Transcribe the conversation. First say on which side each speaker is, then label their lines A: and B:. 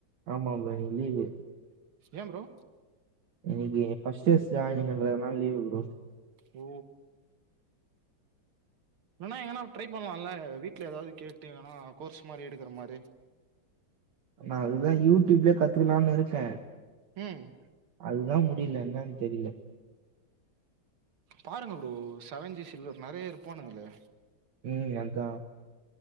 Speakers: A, on the right; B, on the right.
A: ஆமாம் ப்ரோ இன்னைக்கு லீவு
B: ஏன் ப்ரோ
A: இன்னைக்கு ஃபர்ஸ்ட் இயர்ஸ் ஜாயிண்ட்ன்றதனால லீவு ப்ரோ
B: ஓ இல்லனா எங்கனா ட்ரை பண் லால்ல வீட்ல எதாவது கேட்டு வேணா கோர்ஸ் மாரி எடுக்கிற மாரி
A: நா அதுதான் யூடியூப்லயே கத்துக்கலானு இருக்கன்
B: ம்
A: அதுதான் முடில என்னன்னு தெரில
B: பாருங்க ப்ரோ செவன் ஜி சில்வர் நெறையா இரு போனதில்ல
A: ம் அதான்